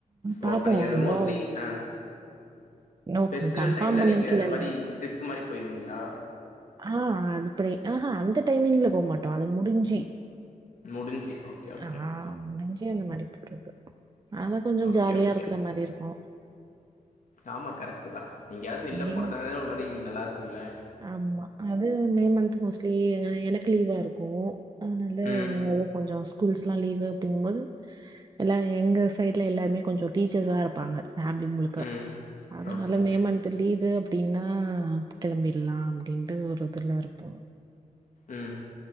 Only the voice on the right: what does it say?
பாப்போம்
இன்னும்
நோக்கு
கன்பாஃம்
பண்ணிக்கலல
ஆஹ் அதுபடி ஆஹா அந்த டைமிங்ல போமாட்டோம் அது முடிஞ்சு
ஆ ‌ முடிஞ்சு அந்த மாரி போறது அதா கொஞ்சோ
ஜாலியா
இருக்குற மாரி இருக்கும்
எங்க
ஆமா அது மே மந்த் மோஸ்ட்லி எனக்கு லீவா இருக்கும் அதனால
கொஞ்சோ ஸ்கூல் லீவு போகும்போது எல்லாம் எங்க சைட்ல எல்லாருமே கொஞ்சோ டீச்சர்ஸ்ஸா இருப்பாங்க ஃபேமிலி முழுக்க
அதனால
மே மந்த் லீவு அப்டின்னா கிளம்பி லாம் அப்டின்ட்டு ஒரு இதுல இருப்போம்